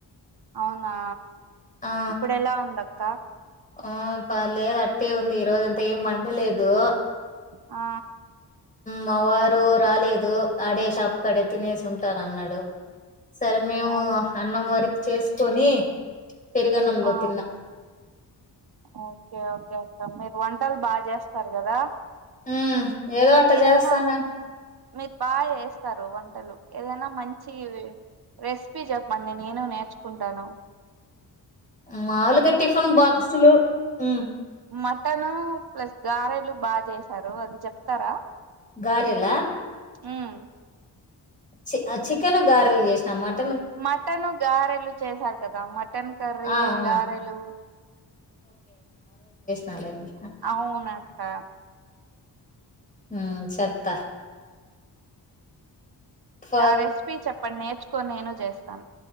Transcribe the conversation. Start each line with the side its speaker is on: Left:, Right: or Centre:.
Right: అవునా
Left: ఆ
Right: ఇప్పుడు ఎలా ఉందక్క
Left: ఆ పలే టె ఉంది ఈ రోజు అంత ఏం వండలేదు
Right: ఆ
Left: మా వారు రాలేదు ఆడే షాప్ కడే తినేసి ఉంటారు అన్నాడు సరే మేము
Right: అవునా
Left: అన్నం వారికి చేసుకొని పెరుగణంలో
Right: ఆ
Left: తిన్న
Right: ఓకే ఓకే అక్క మీరు వంటలు బాగా చేస్తారు కదా
Left: హ్మ్ ఏదో అట
Right: ఏదైనా
Left: చేస్తాను
Right: మీరు బాగా చేస్తారు వంటలు ఏదైనా మంచిగా రెసిపీ చెప్పండి నేను నేర్చుకుంటాను
Left: మాముూలుగా టిఫిన్ బాక్సులు మ్మ్
Right: మటన్ ప్లస్ గారెలు బాగా చేసారు అది చెప్తారా
Left: గారెలా
Right: మ్మ్
Left: చి చికెన్ గారెలు చేసిన మాట్
Right: మటన్ గారెలు చేసారు కదా మటన్ కర్రీ
Left: ఆ
Right: గారెలు
Left: ఆ నాలేండి
Right: అవున ఆ
Left: మ్మ్ చెత్త ఫ
Right: ఆ రెసిపి చెప్పండి నేర్చుకోని నేను చే స్తాను